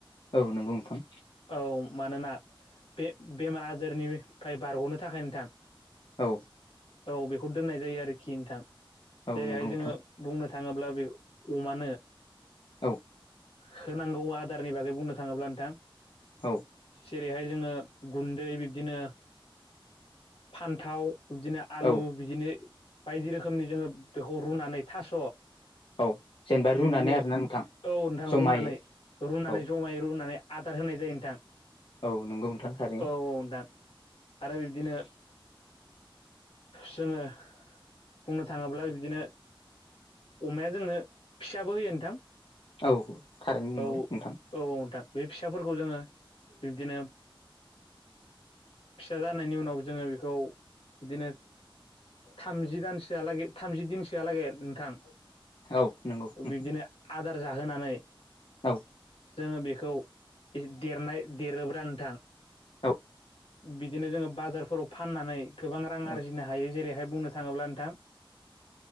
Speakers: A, on the left (about 65°); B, on the left (about 80°).
A: औ नंगौ नोंथां
B: औ मानोना बे बेमार आजारनिफाय बारग'नो थाखाय नोंथां
A: औ
B: औ बेखौ दोननाय जायो आरोखि नोंथां
A: औ
B: जेरैहाय
A: नंगौ नोंथां
B: जोङो बुंनो थां थाङोब्ला बे अमानो
A: औ
B: होनांगौ आदारनि बागै बुंनो थाङोब्ला नोंथां
A: औ
B: जेरैहाय जोङो गुन्दै बिब्दिनो फान्थाव बिदिनो आलु
A: औ
B: बिदिनो बायदि रोखोमनि जोङो बेखौ रुनानै थास'
A: औ जेनेबा रुनानै
B: बिब्दिनो
A: आरोना नोंथां
B: औ नोंथां
A: जमायै
B: रुनानै रुनानै
A: औ
B: जमायै रुनानै आदार होनाय जायो नोंथां
A: औ नोंगौ नोंथां थारैनो
B: औ औ नोंथां आरो बिब्दिनो जोङो बुंनो थांङोब्ला बिदिनो अमाया जोंनो फिसाबो होयो नोंथां
A: औ थारैनो नंगौ
B: औ
A: नोंथां
B: औ नोंथां बे फिसाफोरखौ जोङो बिबदिनो फिसा जा नायनि उनाव जोंङो बेखौ बिदिनो थामजि दानसोआलागै थामजि दिनसोआलागै आरो नोंथां
A: औ नंगौ नोंथां
B: बिब्दिनो जाहोनानै
A: औ
B: जोंङो बेखौ देरनाय देरोब्रा नोंथां।
A: औ
B: बिदिनो जोंङो बाजारफोराव फाननानै गोबां रां आरजिनो
A: औ
B: हायो। जेरै बुंनो थांङोब्ला नोंथां